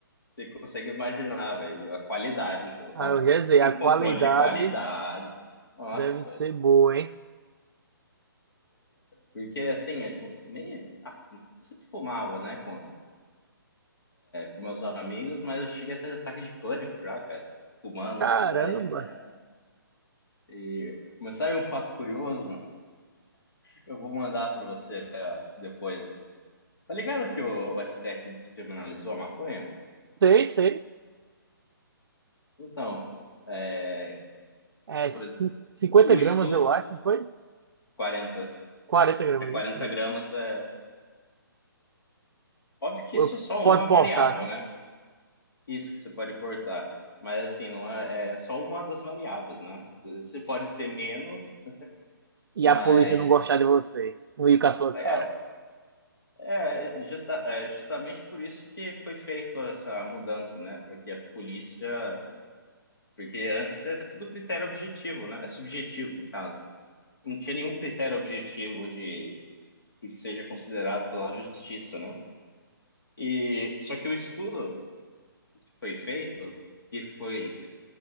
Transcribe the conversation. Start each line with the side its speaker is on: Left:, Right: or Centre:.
Left: você consegue imaginar, velho, a qualidade do bagulho.
Right: Ah, eu já sei,
Left: Tem
Right: a
Left: controle
Right: qualidade
Left: de qualidade. Nossa,
Right: deve
Left: velho.
Right: ser boa, hein?
Left: Porque, assim, é tipo, fumei. Ah, eu sempre fumava, né? Com, com meus amigos, mas eu cheguei até de ataque de pânico já, cara. Humano.
Right: Caramba!
Left: Daí, falei, ah, e... Mas sabe um fato curioso, mano? Eu vou mandar pra você ah, depois. Tá ligado que o, o STF descriminalizou a maconha?
Right: Sei, sei.
Left: Então, é,
Right: É
Left: por
Right: cin-
Left: exemplo,
Right: 50
Left: o
Right: gramas,
Left: estudo,
Right: eu acho, não foi?
Left: 40,
Right: quarenta gramas,
Left: é 40
Right: isso mesmo.
Left: gramas, é óbvio que
Right: Eu-
Left: isso é só
Right: Pode
Left: uma
Right: portar,
Left: variável,
Right: né?
Left: né? Isso que você pode portar. Mas assim, não é, é só uma das variáveis, né? Às vezes você pode ter menos,
Right: E
Left: mas
Right: a polícia não gostar de você, não ir com a sua
Left: é,
Right: cara,
Left: É, justa- é, justamente por isso que foi feita essa mudança, né? Para que a polícia. Porque antes era tudo critério objetivo, né? É subjetivo, no caso. Não tinha nenhum critério objetivo de que seja considerado pela justiça, né? E só que o estudo que foi feito, que foi